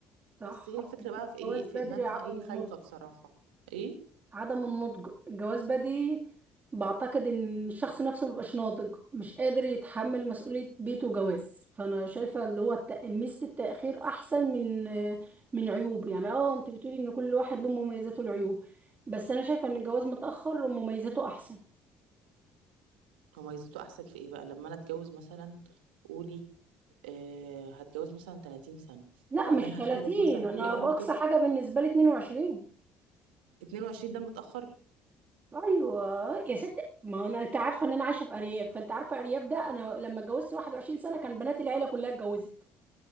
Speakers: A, on the right; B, on the right.
A: صح
B: بس هي الفكره بقى في ايه
A: الجواز
B: في
A: بدري
B: ان انا
A: عدم
B: ايه خايفه
A: النضج
B: بصراحه ايه
A: عدم النضج الجواز بدري بعتقد ان الشخص نفسه مبقاش ناضج مش قادر يتحمل مسؤولية بيته وجواز فانا شايفة اللي هو الت- ميزة التأخير احسن من من عيوب يعني اه انت بتقولي ان كل واحد له مميزاته والعيوب بس انا شايفة ان الجواز متأخر مميزاته احسن
B: هو ميزته احسن في ايه بقى لما انا اتجوز مثلا قولي آه هتجوز مثلا 30 سنه
A: لا
B: وبعدين
A: مش 30
B: هخلف مثلا قولي
A: انا
B: اول
A: باقصى
B: طفل
A: حاجة بالنسبة لي 22
B: 22 ده متاخر
A: ايوه يا ست ما انا انت عارفه ان انا عايشه في ارياف فانت عارفه ارياف ده انا لما اتجوزت 21 سنه كان بنات العيله كلها اتجوزت